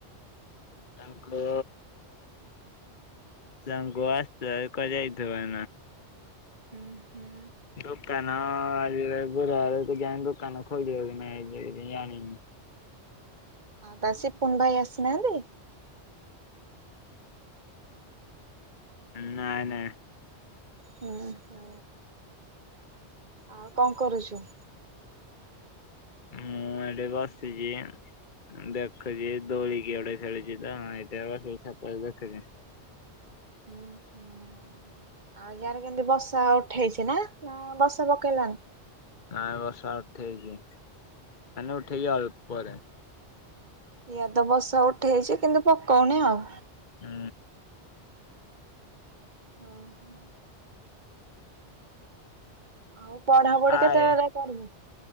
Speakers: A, on the left; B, on the right.
A: ଚଙ୍ଗୁ ଚଙ୍ଗୁ ଆଶିଥିବ ଯଦି କୁଆଡେ ଯାଇଥିବ।
B: ହୁଁ ହୁଁ <inaudible>
A: ଦୁକାନ ଆଜି ଗୁରୁ ବାର କିଆଁ ଦୁକାନ ଖୋଲିବ କି ନାଇଁ ଜାଣିନି।
B: ତା ସିପୁନ୍ ଭାଇ ଆସିନାହାନ୍ତି?
A: ନାଇଁ ନାଇଁ।
B: ହୁଁ ଆଉ କଣ କରୁଚୁ?
A: ମୁଁ ଏଠେ ବସିଛି। ଦେଖୁଛି ଦୋଳିି କିଏ ଗୋଟେ ଖେଳୁଛି ତ ଏଇଠି ବସିକି ଚ୍ଛାତରେ ଦେଖୁଛି।
B: ହୁଁ ହୁଁ <inaudible> ଆଉ ୟାରେ କେମିତି ବସା ଉଠେଇଛି ନା? ନା ବସା ପକେଇଲାଣି।
A: ଆଉ ବର୍ଷା ଉଠେଇଚି ହେଲେ ଉଠେଇକି ଅଳ୍ପ
B: ଇଆଡ଼େ ତ ବର୍ସା ଉଠେଇଛି କିନ୍ତୁ ପକୋଉନି ଆଉ।
A: ହୁଁ।
B: ଓ ହୋ <inaudible> ଆଉ ପଢାପଢି
A: କାଏ
B: କେତେ ଯାଏଁ?